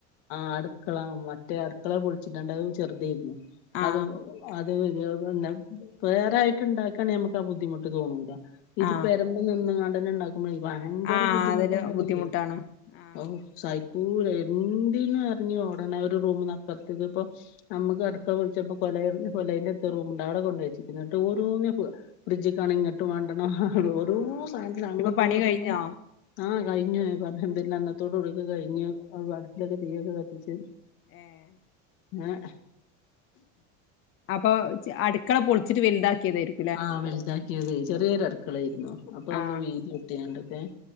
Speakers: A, on the left; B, on the left.
A: ആഹ് അടുക്കള മറ്റേ അടുക്കള പൊളിച്ചിട്ടണ്ട് അത് ചെറുതായിരുന്നു
B: ആ
A: അത് അത് ഇത് എന്ത വേറായിട്ട് ഇണ്ടാക്കാൻ നമക്ക് ആ ബുദ്ധിമുട്ട് തോന്നൂല ഇത്
B: ആ
A: പേരമ്മെ നിന്നുംങ്ങണ്ടന്നെ ഇണ്ടാക്കുമ്പോ ഭയങ്കര
B: ആ
A: ബുദ്ധിമുട്ടാണത്
B: അതൊരു ബുദ്ധിമുട്ടാണ് ആ
A: ഔ സൈക്കൂല എന്തീന്ന് എറിങ്ങി ഓടനെ ഒരു റൂമിന്ന് അപ്പറത്തേക്ക്പ്പോ നമുക്ക് അടുക്കള പോളിച്ചപ്പോ കൊല കൊലയ്ന്റടുത്ത് റൂമുണ്ട് അവിടെ കൊണ്ട് വച്ചിട്ട് തിന്നട്ട് ഓരോന്നിനും ഫ്രിഡ്ജികാണ ഇങ്ങട് മണ്ടണം ഓരോ
B: ആ
A: സാധനത്തിനും അങ്ട്ടും
B: ഇപ്പൊ പണി
A: ഇങ്ട്ടും
B: കഴിഞ്ഞോ
A: പോണം ആഹ് കയ്ഞ്ഞു പഅൽഹംദുലില്ലാഹ് ഇന്നത്തോട് ടിക്കെ കഴിഞ്ഞു അടുപ്പിലൊക്കെ തീയോക്കെ കത്തിച്ച്
B: ഏഹ്
A: അങ്ങനെ
B: അപ്പൊ അടുക്കള പൊളിച്ചിട്ട് വലുതാക്കിയതായിരിക്കും
A: ആഹ് വലുതാക്കിയത് ചെറിയൊരു അടുക്കളായിരുന്നു അപ്പ
B: ആ
A: ഒന്ന് വീതികു ട്ടിയാണ്ക്കെ